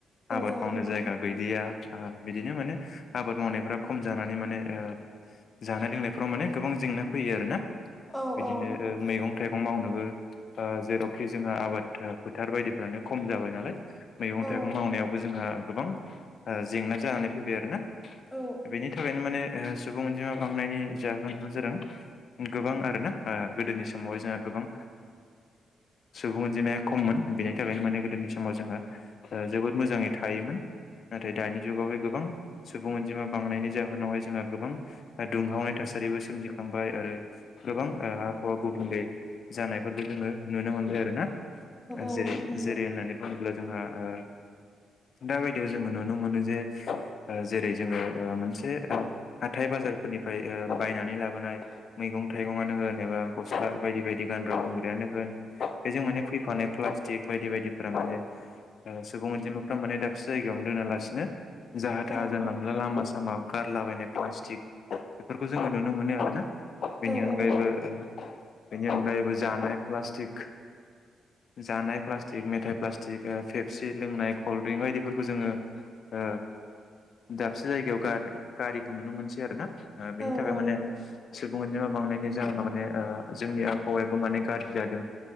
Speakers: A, on the left; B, in the centre.
A: आबाद
B: औ
A: मावनो
B: नंगौ
A: जायगा गैलिया। आ बिदिनो माने आबाद मावनायफ्रा खम जानानै माने ओ जानाय लोंनायफ्राव माने गोबां जेंना फैयो आरोना
B: औ
A: बिदिनो
B: औ
A: मैगं थाइगं मावनोबो जेरावखि जोंहा आबाद फोथार बायदिफ्रानो खम जाबाय नालाय मैगं
B: औ
A: थाइगं मावनायावबो जोंहा गोबां जेंना जानानै फैबाय आरोना
B: औ
A: बेनि थाखायनो माने सुबुं अनजिमा बांनायनि जाहोना जादों गोबां आरोना गोदोनि समावह जोंहा गोबां सुबुं अनजिमाया खममोन बेनि थाखायनो माने गोदोनि समाव जोङो जोबोद मोजाङै थायोमोन नाथाय दानि जुगावहाय गोबां सुबुं अनजिमा बांनायनि जाहोनावहाय जोंहा गोबां दुंहावनाय थासा रिबो सोमजि खांबाय आरो गोबां आबहावा गुबुंले जानायफोरबो जोङो नुनो मोनबाय आरोना।
B: औ
A: जेरै
B: नंगौ
A: जेरै होननानै बुङोब्ला जोंहा ओ दा बायदियाव जोङो नुनो मोनो जे जेरै जोङो मोनसे हाथाय बा बाजारफोरनिफ्राय ओ बायनानै ला बोनाय मैगं थाइगंनो होन एबा गस्ला बायदि बायदि गानग्रा जोमग्रायानो होन बेजों
B: औ
A: माने फैफानो प्लास्टिक बायदि बायदिफोरा माने सुबुं अनजिमाफ्रा माने दाबसे जायगायावनो दोनालासिनो जाहा
B: औ
A: थाहा जानला मोनला लामा सामा गारलाबायनाय प्लास्टिक बेफोरखौ जोङो नुनो मोनो आरोना। बेनि अनगायैबो
B: औ नंगौ
A: ओ बेनि अनगायैबो जानाय प्लास्टिक जानाय प्लास्टिक मेथाइ प्लास्टिक फेपसि लोंनाय कल्ड्रिंक बायदिफोरखौ जोङो ओ दाबसे जायगायाव गारि गारिखौ नुनो मोनसै आरोना। ओ बेनि
B: औ
A: थाखाय
B: औ
A: माने
B: नंगौ
A: सुबुं अनजिमा बांनायनि जाहोनाव माने ओ जोंनि आबहावायाबो माने गाज्रि जादों